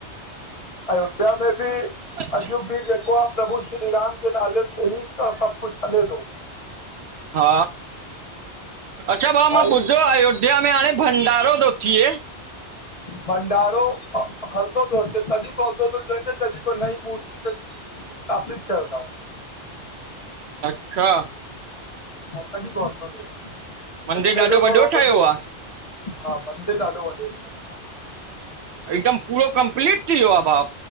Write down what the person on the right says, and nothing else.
ब <unintelligible>
हा अच्छा भाउ
मां ॿुधो आहे अयो ध्या मे हाणे भंडारो तो थिए
अच्छा
मंदरु
ॾाढो वॾो
ठहियो
आहे
हिकदम पूरो कंप्लीट थी वियो आहे भा